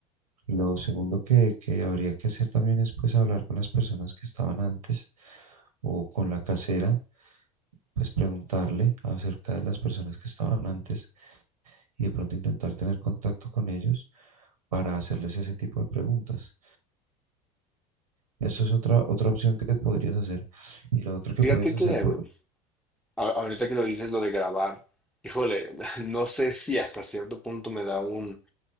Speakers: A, on the right (about 85°); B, in the centre.
A: Lo segundo que, que habría que hacer también es pues hablar con las personas que estaban antes o con la casera, pues preguntarle acerca de las personas que estaban antes y de pronto intentar tener contacto con ellos para hacerles ese tipo de preguntas. Eso es otra, otra opción que podrías hacer. Y lo otro
B: Fíjate
A: que puedes
B: que
A: hacer, pues,
B: mm, a- ahorita que lo dices, lo de grabar, híjole, <laughs> no sé si hasta cierto punto me da un...